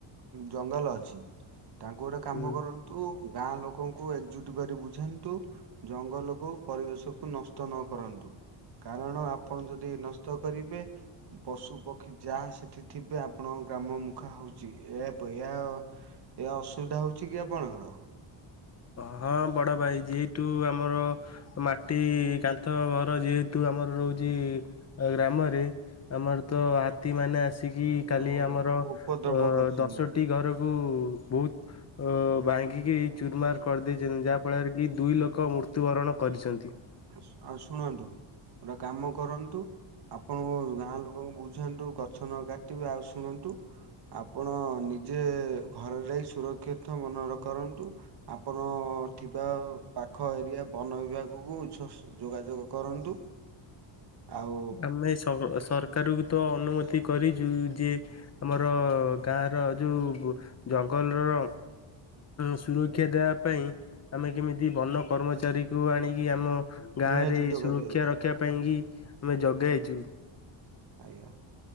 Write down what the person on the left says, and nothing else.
ହୁଁ।
ହଁ ବଡ ଭାଇ ଯେହେତୁ ଆମର ମାଟି କାନ୍ଥ ଘର ଯେହେତୁ ଆମର ରହୁଛି ଗ୍ରାମରେ ଆମର ତ ହାତୀ ମାନେ ଆସିକି କାଲି
ଆମର
ଅ
ଦଶଟି ଘର କୁ ବହୁତ ଅ ଭାଙ୍ଗିକି ଚୁର୍ମାର କରିଦେଇଛନ୍ତି ଯାହାଫଳରେ କି ଦୁଇ ଲୋକ ମୃତ୍ୟୁବରଣ କରିଛନ୍ତି।
ଆମେ ସଅ ସରକାରକୁ ତ ଅନୁମତି କରିଛୁ ଯେ ଆମର ଗାଁର ଯୋଉ ଜଙ୍ଗଲର ସୁରକ୍ଷା ଦେବା ପାଇଁ ଆମେ କେମିତି ବନ କର୍ମଚାରୀକୁ ଆଣିକି ଆମ ଗାଁ
ରେ ସୁରକ୍ଷା
ରଖିବା ପାଇଁ କିି ଆମେ ଯଗେଇଛୁ।